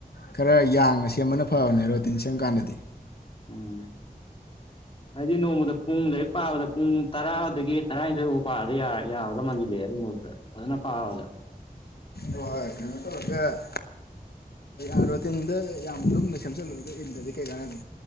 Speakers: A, on the left; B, on the left.
A: ꯈꯔ ꯌꯥꯡꯉ ꯁꯦꯝꯕꯅ ꯐꯕꯅꯦ ꯔꯣꯇꯤꯟ ꯁꯦꯝꯕ ꯀꯥꯟꯗꯗꯤ
B: ꯎꯝ ꯍꯥꯏꯗꯤ ꯅꯣꯡꯃꯗ ꯄꯨꯡ ꯂꯩ ꯄꯥꯕꯗ ꯄꯨꯡ ꯇꯔꯥꯗꯒꯤ ꯇꯔꯥꯅꯤꯊꯣꯏꯐꯨ ꯄꯥ ꯌꯥꯒꯗ ꯃꯥꯜꯂꯦ ꯑꯗꯨꯒꯤ ꯃꯍꯨꯠꯇ ꯐꯖꯅ ꯄꯥꯕꯗ
A: ꯍꯣꯏ ꯀꯩꯅꯣꯦ ꯑꯔꯇꯗꯤ ꯌꯥꯝꯅ ꯂꯨꯝꯅ ꯁꯦꯝꯖꯤꯜꯂꯨꯔꯒ ꯏꯟꯗꯗꯤ ꯀꯩ ꯀꯥꯟꯅꯅꯤ